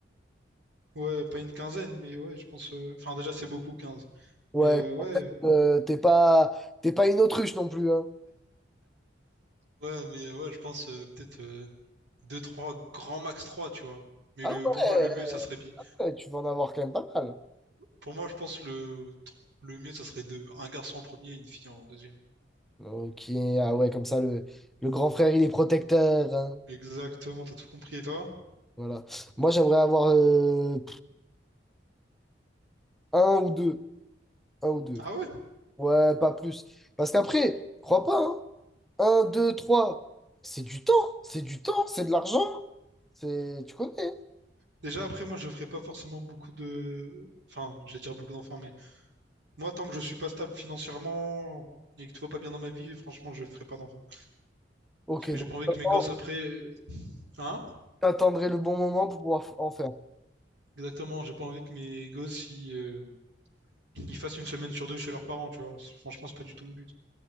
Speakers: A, on the right; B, in the centre.
A: Ouais, pas une quinzaine, mais ouais, je pense. euh, Enfin, déjà, c'est beaucoup, quinze
B: Ouais,
A: Mais euh, ouais,
B: euh, t'es pas, t'es pas une autruche non plus, hein.
A: Ouais, mais euh, ouais, je pense euh, peut-être euh, 2, 3, grand max 3 tu vois. Mais
B: Ah
A: le,
B: ouais.
A: pour moi, le mieux, ça serait... bi-
B: Ouais, tu vas en avoir quand même pas mal.
A: Pour moi, je pense le, le mieux, ça serait deux. Un garçon en premier et une fille en deuxième.
B: Ok, ah ouais, comme ça, le, le grand frère, il est protecteur. hein.
A: exactement, t'as tout compris. Et toi?
B: Voilà. Moi, j'aimerais avoir euh, un ou deux. Un ou deux.
A: Ah ouais?
B: Ouais, pas plus. Parce qu'après, crois pas, hein. Un, deux, trois. C'est du temps. C'est du temps. C'est de l'argent. C'est... Tu connais. hein.
A: Déjà, après, moi, je ferai pas forcément beaucoup de. Enfin, je vais dire beaucoup d'enfants, mais. Moi, tant que je suis pas stable financièrement et que tout va pas bien dans ma vie, franchement, je ferai pas d'enfant.
B: Ok,
A: Parce que
B: donc
A: j'ai pas envie
B: t'attends-
A: que mes gosses après, hein?
B: t'attendrais le bon moment pour pouvoir f- en faire.
A: Exactement, j'ai pas envie que mes gosses ils, euh, ils fassent une semaine sur deux chez leurs parents, tu vois. C'est- Franchement, c'est pas du tout mon but.